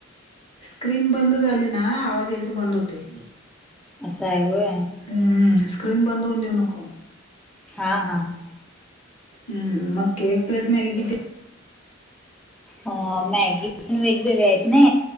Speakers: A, on the left; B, in the centre.
A: स्क्रीन बंद झाली ना आवाज यायचा बंद होतय.
B: असा हाय होय.
A: हम्म स्क्रीन बंद होऊन देऊ नको.
B: हा हा.
A: हम्म मग की एक प्लेट मॅग किती
B: अ मॅगी पण वेगवेगळ्या आहेत ना